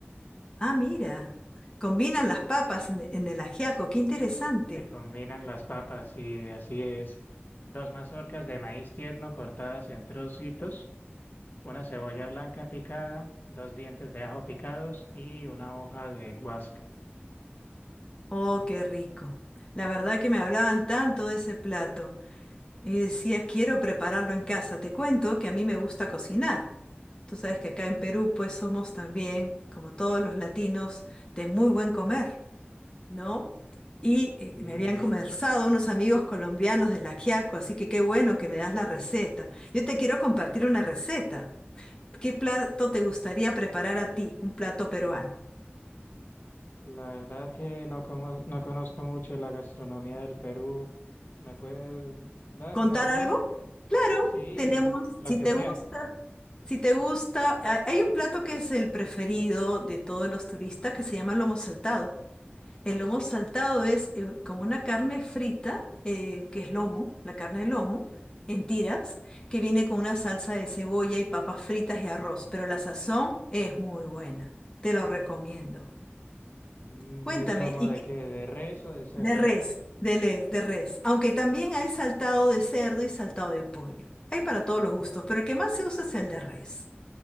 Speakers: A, on the left; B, on the left.
A: Ah, mira, combinan las papas en, en el ajiaco, qué interesante.
B: Se combinan las papas y así es. Dos mazorcas de maíz tierno cortadas en trocitos, una cebolla blanca picada, dos dientes de ajo picados y una hoja de guasca.
A: Oh, qué rico. La verdad que me hablaban tanto de ese plato. Y decía, quiero prepararlo en casa. Te cuento que a mí me gusta cocinar. Tú sabes que acá en Perú, pues somos también, como todos los latinos, de muy buen comer, ¿no? Y eh,
B: Y
A: me habían conversado unos amigos colombianos del ajiaco, así que qué bueno que me das la receta. Yo te quiero compartir una receta. ¿Qué plato te gustaría preparar a ti? Un plato peruano.
B: la verdad que no, como, no conozco mucho la gastronomía del Perú. ¿Me puedes dar
A: ¿Contar
B: una idea?
A: algo? Claro,
B: Sí,
A: tenemos,
B: lo
A: si
B: que
A: te
B: sea.
A: gusta, si te gusta, hay hay un plato que es el preferido de todos los turistas que se llama lomo saltado. El lomo saltado es eh, como una carne frita, eh, que es lomo, la carne de lomo, en tiras, que viene con una salsa de cebolla y papas fritas y arroz, pero la sazón es muy buena. Te lo recomiendo.
B: Mm,
A: Cuéntame,
B: ¿Es lomo
A: ¿y
B: de
A: qué?
B: qué? ¿De res o de cerdo?
A: De res, de les, de res. Aunque también hay saltado de cerdo y saltado de pollo. Hay para todos los gustos, pero el que más se usa es el de res.